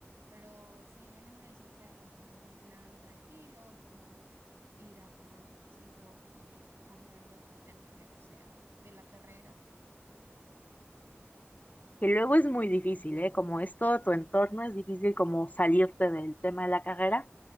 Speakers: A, on the right (about 65°); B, on the left (about 35°).
A: Pero sí, ya les voy a decir que hagamos algún plan tranquilo, como ir a tomar un cafecito y hablar de otros temas que no sea de la carrera.
B: Que luego es muy difícil, ¿eh? Como es todo tu entorno, es difícil como salirte del tema de la carrera,